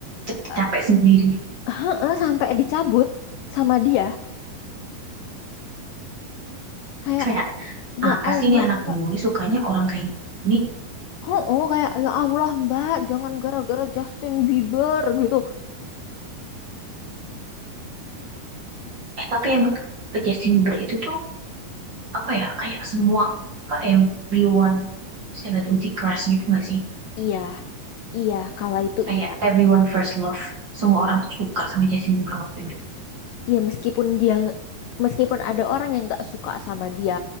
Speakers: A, on the right; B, on the left.
A: c-
B: eh,
A: capek sendiri.
B: heeh, sampai dicabut sama dia. Kayak
A: Kayak
B: ya
A: apa
B: Allah
A: sih nih anak
B: Mbak.
A: gue sukanya orang kayak gini?
B: Oh, oh kayak ya Allah Mbak, jangan gara-gara Justin Bieber gitu.
A: Eh tapi emang Justin Bieber itu tuh apa ya kayak semua apa, everyone celebrity crush gitu gak sih
B: Iya, iya, kala itu
A: kayak
B: iya.
A: everyone first love semua orang tuh suka sama Justin Bieber waktu itu
B: Iya meskipun dia meskipun ada orang yang nggak suka sama dia